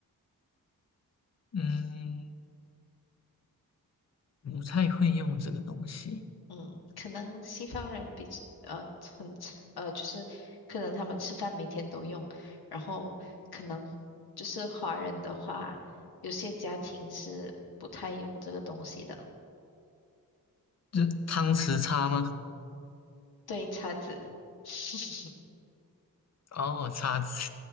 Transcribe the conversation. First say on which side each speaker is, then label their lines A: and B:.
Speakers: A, on the left; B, on the left.
A: 嗯，不太会用这个东西。
B: 嗯，可能西方人比呃很呃，就是可能他们吃饭每天都用，然后可能就是华人的话，有些家庭是不太用这个东西的。
A: 这汤匙叉吗？
B: 对，叉子。<laughs>
A: 哦，叉子。